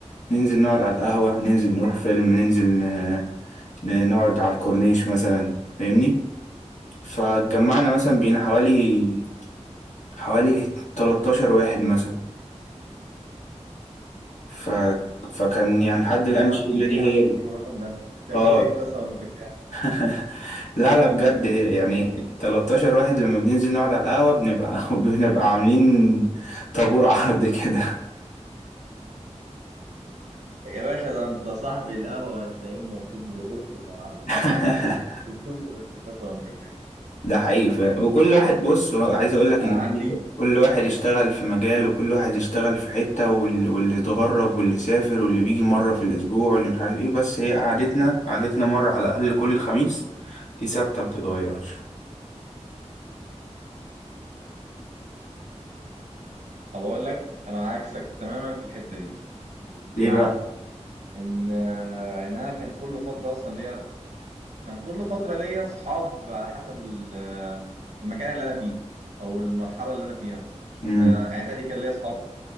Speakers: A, on the left; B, on the right.
A: ننزل نقعد على القهوة ننزل نروح فيلم ننزل ن- ن- نقعد على الكورنيش مثلا فاهمني فجمعنا مثلا بينا حوالي حوالي 13 واحد مثلا ف... فكان يعني لحد الآن
B: يا لهوي
A: الشلة
B: ليه
A: دي
B: يا عم
A: هي
B: كل الرقم ده انتوا بتعملوا
A: اه
B: ايه قسما بالله
A: <laughs> لا لا بجد يعني 13 واحد لما بننزل نقعد على القهوة بنبقى <laughs> بنبقى عاملين طابور عرض كده
B: يا باشا ده أنت صاحب القهوة هتلاقيه المفروض بيرقص لكم على بتاع
A: <laughs>
B: الترابيزة بتقول إيه بس قسما بالله
A: ده حقيقي فعلا. وكل واحد بص هو عايز اقول لك
B: أنا
A: ان
B: عندي
A: في- كل واحد يشتغل في مجال وكل واحد يشتغل في حتة وال- واللي اتغرب واللي سافر واللي بيجي مرة في الاسبوع واللي مش عارف ايه بس هي قعدتنا قعدتنا مرة على الاقل كل خميس دي ثابتة ما بتتغيرش
B: أو أقول لك أنا عكسك تماما في الحتة دي بمعنى
A: ليه بقى؟
B: ان آه، ان انا كان كل فتره اصلا ليا كان كل فتره ليا اصحاب على حسب ال- آه، المكان اللي انا فيه او المرحله اللي انا فيها
A: مم.
B: آه، اعدادي كان ليا اصحاب